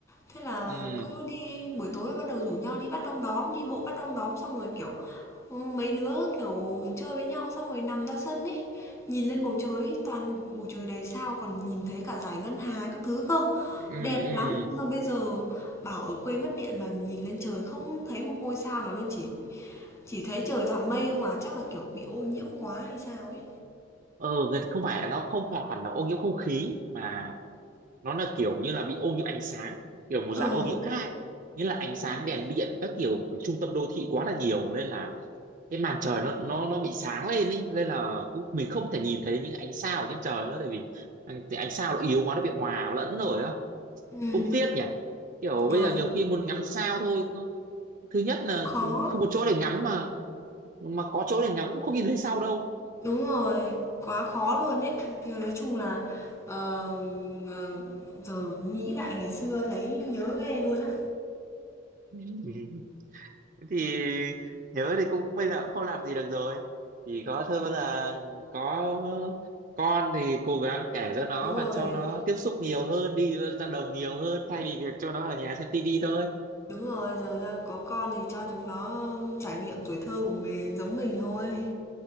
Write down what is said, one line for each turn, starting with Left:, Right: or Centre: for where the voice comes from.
Left: Thế là
Right: ừ
Left: cứ đi buổi tối bắt đầu rủ nhau đi bắt đom đóm, đi bộ bắt đom đóm xong rồi kiểu ừ, mấy đứa kiểu chơi với nhau xong rồi nằm ra sân ấy, nhìn lên bầu trời toàn bầu trời đầy sao còn nhìn thấy cả dải ngân hà các thứ cơ.
Right: ừ
Left: Đẹp
Right: ừ
Left: lắm mà bây giờ bảo ở quê mất điện mà nhìn lên trời không thấy một ngôi sao nào luôn chỉ chỉ thấy trời toàn mây không à, chắc là kiểu bị ô nhiễm quá hay sao ấy.
Right: ờ người ta không phải nó không phải hẳn là ô nhiễm không khí mà nó là kiểu như là bị ô nhiễm ánh sáng kiểu một
Left: Ừ,
Right: dạng ô nhiễm khác ấy. nghĩa là ánh
Left: đúng
Right: sáng
Left: rồi.
Right: đèn điện các kiểu của trung tâm đô thị quá là nhiều nên là cái màn trời nó nó nó bị sáng lên ý nên là cũng mình không thể nhìn thấy những ánh sao ở trên trời nữa tại vì ánh, ánh sao nó yếu quá nó bị hòa lẫn rồi á
Left: Ừ,
Right: cũng tiếc nhỉ kiểu
Left: được,
Right: bây giờ nhiều khi muốn ngắm sao thôi cứ- thứ nhất là
Left: khó.
Right: không có chỗ để ngắm mà mà có chỗ để ngắm cũng không nhìn thấy sao đâu
Left: Đúng rồi, quá khó luôn đấy nhưng nói chung là, ờ, ờ, giờ nghĩ lại ngày xưa thấy nhớ ghê luôn á.
Right: Ừ. Thế thì nhớ thì cũng bây giờ cũng không làm gì được rồi chỉ có thôi bây giờ có con thì cố gắng kể cho nó
Left: Đúng rồi,
Right: và cho nó tiếp xúc nhiều hơn đi ra đồng nhiều hơn thay vì việc cho nó ở nhà xem tivi thôi
Left: đúng rồi, giờ ra có con thì cho chúng nó trải nghiệm tuổi thơ của mình giống mình thôi.